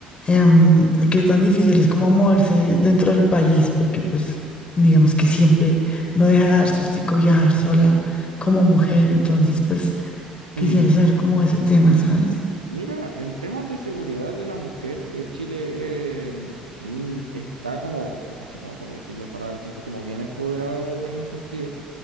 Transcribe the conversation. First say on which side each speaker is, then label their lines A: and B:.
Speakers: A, on the left (about 30°); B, on the right (about 80°).
A: em, qué tan difícil es como moverse dentro del país, porque pues digamos que siempre no deja de dar sustico viajar sola como mujer, entonces pues quisiera
B: Mm,
A: saber cómo ese tema, ¿sabes?
B: Mira, en temas de seguridad de la mujer, eh, Chile eh, mm, está como, eh, así como por decirlo en palabras siempre como bien empoderado en ese sentido.